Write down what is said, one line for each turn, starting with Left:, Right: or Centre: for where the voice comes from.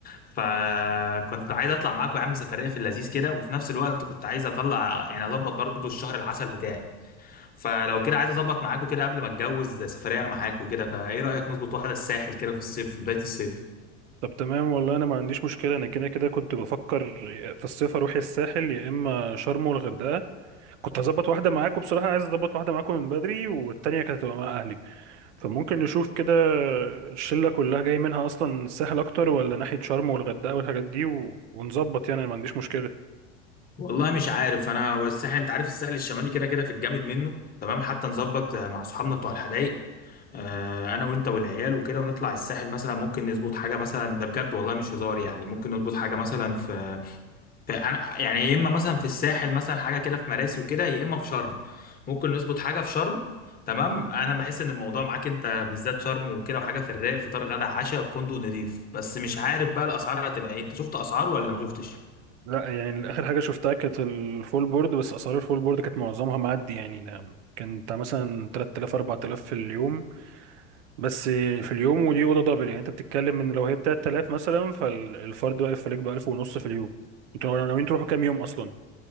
Left: فكنت عايز اطلع معاك يا عم سفريه في اللذيذ كده وفي نفس الوقت كنت عايز اطلع يعني اظبط برضو الشهر العسل بتاعي فلو كده عايز اظبط معاكوا كده قبل ما اتجوز سفريه معاكوا كده فايه رايك نظبط واحده الساحل كده في الصيف في بدايه الصيف
Right: طب تمام والله انا ما عنديش مشكله انا كده كده كنت بفكر في الصيف اروح يا الساحل يا اما شرم والغردقه كنت هظبط واحده معاكم بصراحه عايز اظبط واحده معاكم من بدري والتانيه كانت هتبقى مع اهلي فممكن نشوف كده الشله كلها جاي منها اصلا الساحل اكتر ولا ناحيه شرم والغردقه والحاجات دي و... ونظبط يعني انا ما عنديش مشكله
Left: والله مش عارف انا والساحل انت عارف الساحل الشمالي كده كده في الجامد منه تمام حتى نظبط آه، مع صحابنا بتوع الحدايق آه، انا وانت والعيال وكده ونطلع الساحل مثلا ممكن نظبط حاجه مثلا ده بجد والله مش هزار يعني ممكن نظبط حاجه مثلا في, في انا يعني يا اما مثلا في الساحل مثلا حاجه كده في مراسي وكده يا اما في شرم ممكن نظبط حاجه في شرم تمام انا بحس ان الموضوع معاك انت بالذات شرم وكده وحاجه في الرايق فطار غدا عشاء في فندق نضيف بس مش عارف بقى الاسعار هتبقى ايه انت شفت اسعار ولا ما شفتش
Right: لا يعني اخر حاجه شفتها كانت الفول بورد بس اسعار الفول بورد كانت معظمها معدي يعني أنا- كانت مثلا 3000 4000 في اليوم بس في اليوم ودي اوضه دبل يعني انت بتتكلم ان لو هي ب 3000 مثلا فالفرد واقف عليك ب 1000 ونص في اليوم انتوا ناويين تروحوا كام يوم اصلا